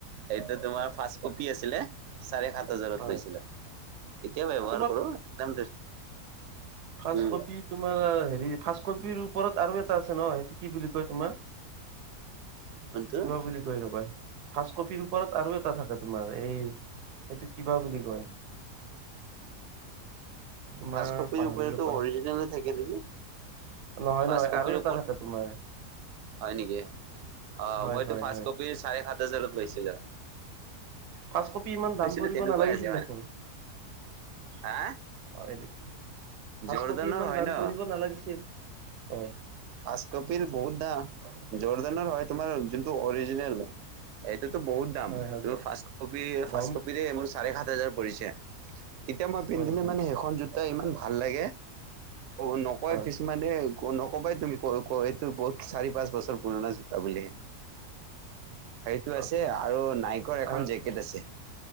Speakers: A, on the right; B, on the right.
A: এইটো তোমাৰ ফাষ্ট কপি আছিলে চাৰে সাত। হাজাৰত
B: হয়
A: লৈছিলো এতিয়া ব্যৱহাৰ
B: আৰু
A: কৰোঁ একদম।
B: ফাষ্ট
A: উম,
B: কপি তোমাৰ হেৰি ফাষ্ট কপিৰ। ওপৰত আৰু এটা আছে ন সেইটো কি বুলি কয় তোমাৰ কি
A: কোনটো
B: বা বুলি কৈ ৰবা। ফাৰ্ষ্ট কপিৰ ওপৰত আৰু এটা থাকে তোমাৰ এই। এইটো কিবা বুলি কয়। <unintelligible>
A: ফাঁৰ্ষ্ট কপিৰ
B: পাহৰিলো
A: উপৰতো
B: পাহ
A: অৰিজিনেলে থাকে নেকি।
B: নহয়
A: ফাৰ্ষ্ট
B: নহয়
A: কপিৰ
B: আৰু এটা
A: ওপৰত
B: থাকে তোমাৰ।
A: হয় নেকি অ
B: হয়
A: মইটো
B: হয়
A: ফাৰ্ষ্ট
B: হয়
A: কপিৰ চাৰে সাত হাজাৰত লৈছিলো।
B: ফাৰ্ষ্টকপি ইমান
A: লৈছিলো
B: দাম পৰিব
A: তেনেকুৱাই
B: নালাগিছিল
A: আছে মানে।
B: দেখোন।
A: হা।
B: হয় নেকি ফাৰ্ষ্ট
A: জৰ্দানৰ
B: কপি ইমান
A: হয়
B: দাম
A: ন?
B: পৰি নালাগিছিল অ।
A: ফাৰ্ষ্ট কপিৰ বহুত দাম জৰ্ডানৰ হয় তোমাৰ যোনটো অৰিজিনেল। এইটো বহত দাম,
B: হয় হয়
A: টো
B: গ
A: ফাৰ্ষ্ট কপিএ-
B: গম
A: ফাৰ্ষ্ট কপিৰে মোৰ চাৰে সাত হাজাৰ পৰিছে। তিয়া, এতিয়া মই পিন্ধিলে
B: হয় হয়
A: মানে এইখন জোতা ইমান ভাল লাগে। অ, নকয়
B: হয়
A: কিছুমানে অ নকবাই তুমি কই-কই এইটো বহুত চাৰি-পাঁচ বছৰ পুৰণা জোতা বুলি। সেইটো
B: হয়
A: আছে আৰু নাইকৰ এখন
B: আৰু
A: জেকেট আছে,